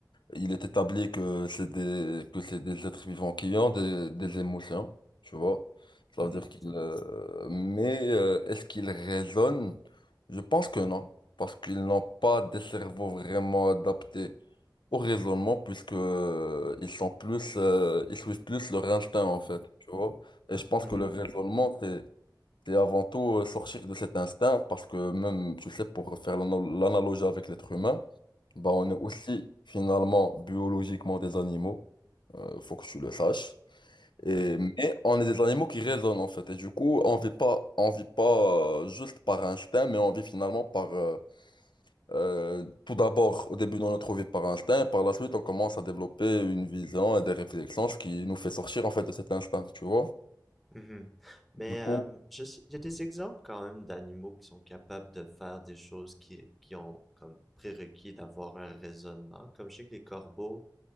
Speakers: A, on the left; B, in the centre.
A: Il est établi que c'est des, que c'est des êtres vivants qui ont des, des émotions, tu vois. Ça
B: Mhm.
A: veut dire qu'ils... euh, mais euh, est-ce qu'ils raisonnent? Je pense que non, parce qu'ils n'ont pas des cerveaux vraiment adaptés au raisonnement, puisque euh, ils sont plus, euh, ils suivent plus leur instinct, en fait, tu vois. Et je pense
B: Mhm.
A: que le raisonnement, c'est... C'est avant tout euh, sortir de cet instinct parce que même, tu sais, pour faire l'ana- l'analogie avec l'être humain, bah on est aussi finalement biologiquement des animaux, euh, faut que tu le saches. Et,
B: Oui.
A: mais on est des animaux qui raisonnent en fait. Et du coup, on vit pas, on vit pas euh, juste par instinct, mais on vit finalement par, euh, euh, tout d'abord, au début de notre vie par instinct, et par la suite, on commence à développer une vision et des réflexions, ce qui nous fait sortir en fait de cet instinct, tu vois?
B: Mhm. Mais
A: Du coup,
B: euh, je sais- il y a des exemples quand même d'animaux qui sont capables de faire des choses qui, qui ont comme prérequis d'avoir un raisonnement. Comme je sais que les corbeaux,